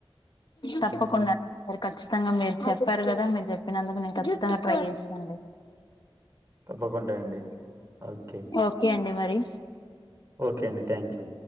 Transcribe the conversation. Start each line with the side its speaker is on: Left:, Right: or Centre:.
Right: హ్మ్.
Left: తప్పకుండా అది కచ్చి తంగా మీరు చెప్పారు కదా. మీరు చెప్పినందుకు నేను కచ్చితంగా ట్రై చేస అండి.
Right: తప్పకుంటే అండి ఓకే
Left: ఓకే అండి మరి
Right: ఓకే అండి థ్యాంక్ యూ